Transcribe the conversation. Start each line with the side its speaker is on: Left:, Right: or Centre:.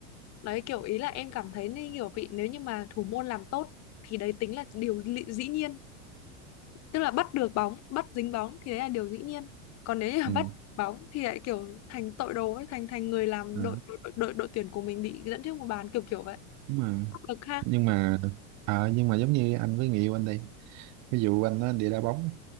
Left: Đấy kiểu ý là em cảm thấy như kiểu vị nếu như mà thủ môn làm tốt thì đấy tính là điều lị- dĩ nhiên. Tức là bắt được bóng, bắt dính bóng thì đấy là điều dĩ nhiên. Còn nếu như mà
Right: ừ.
Left: bắt bóng thì lại kiểu thành tội đồ ấy, thành thành người làm
Right: à,
Left: đội đội đội, đội, đội tuyển của mình bị dẫn trước một bàn kiểu kiểu vậy.
Right: đúng mà
Left: Áp lực ha.
Right: nhưng mà à, nhưng mà giống như anh với người yêu anh đi ví dụ anh nó đi đá bóng